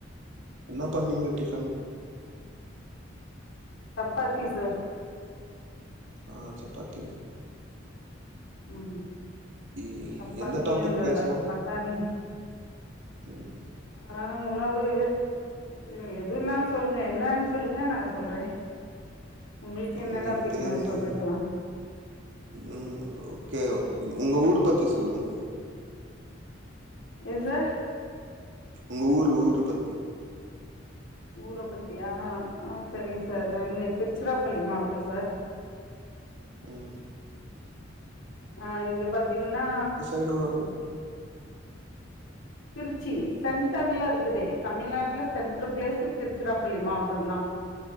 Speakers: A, on the right; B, on the left.
A: என்ன பண்ணீங்க டிஃபன்
B: சப்பாத்தி சார்
A: ஆ சப்பாத்தி ம்
B: ம் ம்
A: இ
B: சப்பாத்தி
A: எந்த டாபிக்
B: அந்த
A: பேசலா
B: பட்டாணிங்க
A: ம்
B: ஆ உணவு இல்ல எதுனாலு சொல்லுங்க என்னன்னு சொல்லுங்க நா சொல்றே உங்களுக்கு என்ன
A: ம்
B: டாபிக்
A: எனக்கு தெரியாது
B: மாரி இப்ப
A: நீ
B: பேசலா
A: ம் ஓகே ஓ உங்க ஊர் பத்தி சொல்லுங்க
B: எது சார்
A: உங்க ஊரு ஊரு பத்தி
B: ஊர பத்தியா ஆ சேரிங்க சார்
A: ம்
B: நா இங்க திருச்சிராப்பள்ளி மாவட்ட சார்
A: ம்
B: அ இங்க பாத்தீங்கனா
A: எப்டி வரு
B: திருச்சி சென்டர்ல இருக்குது தமிழ்நாட்டுல சென்ட்ரு பிளேஸ்ல திருச்சிராப்பள்ளி மாவட்டம் தா